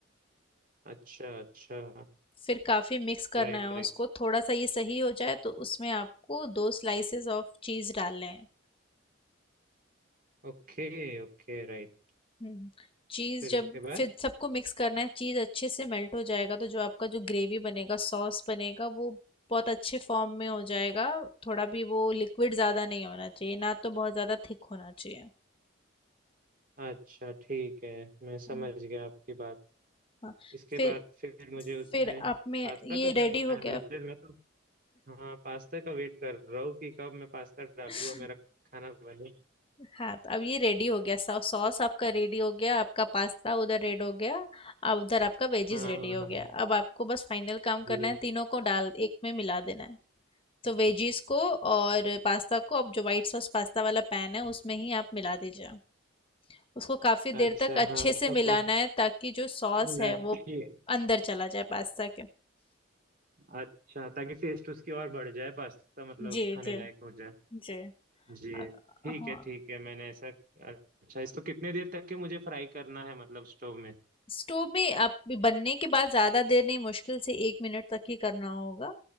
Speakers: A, on the right; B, on the left.
A: अच्छा अच्छा
B: फिर काफ़ी मिक्स करना
A: Right
B: है
A: right
B: उसको थोड़ा सा ये सही हो जाए तो उसमें आपको दो स्लाइसेस ऑफ चीज़ डालने हैं
A: Okay okay right
B: हम्म चीज
A: फिर
B: जब
A: इसके बाद
B: फिर सबको मिक्स करना है चीज अच्छे से मेल्ट हो जाएगा तो जो आपका जो ग्रेवी बनेगा सॉस बनेगा वो बहुत अच्छे फॉर्म में हो जाएगा थोड़ा भी वो लिक्विड ज्यादा नहीं होना चाहिए ना तो बहुत ज्यादा थिक होना चाहिए
A: अच्छा ठीक है मैं समझ
B: हाँ
A: गया आपकी बात
B: हाँ।
A: इसके
B: फिर
A: बाद फिर मुझे उसमें
B: फिर आप में
A: पास्ता
B: ये
A: कब
B: रेडी
A: डालना
B: हो
A: है
B: गया
A: मैं मैं तो हाँ पास्ता का वेट कर रहा हूँ कि कब मैं पास्ता डालूँ
B: <laughs>
A: और मेरा खाना बने
B: हाँ तो अब ये रेडी हो गया सॉ सॉस आपका रेडी हो गया आपका पास्ता उधर रेड हो गया और उधर आपका वेजीज
A: हाँ
B: रेडी
A: हाँ हाँ
B: हो
A: हाँ,
B: गया अब आपको बस फाइनल काम
A: ये
B: करना है तीनों को डाल एक में मिला देना है तो वेजीज को और पास्ता को अब जो वाइट सॉस पास्ता वाला पैन है उसमें ही आप मिला दीजिए उसको काफ़ी देर
A: अच्छा
B: तक अच्छे
A: हाँ सब
B: से मिलाना
A: कुछ
B: है ताकि जो सॉस
A: मिला
B: है वो
A: के
B: अंदर चला जाए पास्ता के
A: अच्छा ताकि टेस्ट उसकी और बढ़ जाए पास्ता मतलब
B: जी
A: खाने
B: जी
A: लायक हो जाए
B: जी
A: जी
B: अ-
A: ठीक
B: हाँ
A: है ठीक है मैंने ऐसा अच्छा इसको कितने देर तक के मुझे फ्राई करना है मतलब स्टोव में
B: स्टोव में आप बनने के बाद ज़्यादा देर नहीं मुश्किल से एक मिनट तक ही करना होगा